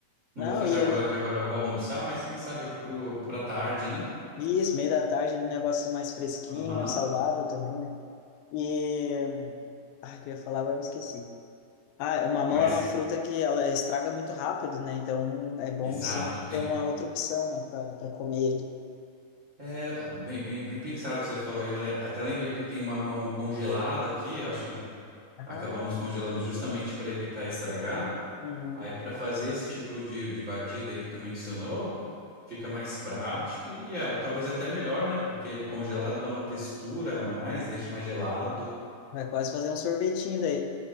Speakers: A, on the right; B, on the left.
A: Não
B: Não,
A: vou fazer
B: e
A: agora,
B: ele,
A: que agora eu vou almoçar, mas quem sabe pro, pra tarde, né?
B: isso, meio da tarde, um negócio mais fresquinho,
A: Aham.
B: saudável também, né? E, ah, o que eu ia falar, agora eu me esqueci. Ah, mamão
A: Mas,
B: é uma fruta que ela estraga muito rápido, né? Então é bom
A: exato,
B: sempre ter
A: tem
B: uma
A: que.
B: outra opção, né, pra, pra comer ele.
A: É, bem, bem, bem pensado você falou aí. Le- Até lembrei que eu tenho uma mão congelada aqui, eu acho que
B: Ah,
A: acabamos congelando justamente para evitar estragar.
B: uhum.
A: Aí, para fazer esse tipo de, de batida aí que tu mencionou, fica mais prático e ah, talvez até melhor, né? Porque ele congelado dá uma textura a mais, deixa mais gelado.
B: Vai quase fazer um sorvetinho daí.